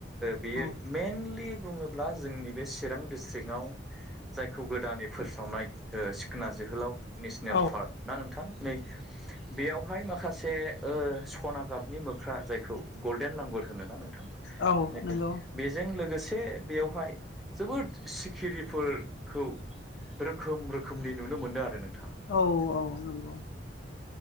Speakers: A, in the centre; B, on the left.
A: बेयो
B: औ
A: मेइेनलि बुङोब्ला जोंनि बे चिरां डिस्ट्रिक्टआव जायखौ गोदानै फोसावनाय सिखोना जोहोलाव जोहोलाव नेसनेल
B: औ
A: पार्क ना नोंथां नै बेयावहाय माखासे सना गाबनि मोख्रा जायखौ गल्डेन लांगु होनोना नोंथां
B: औ
A: नै
B: नंगौ
A: बेजों लोगोसे बेयावहाय जोबोद सिखिरिफोरखौ रोखोम रोखोमनि नुनो मोनो आरो नोंथाङा।
B: औ औ नंगौ।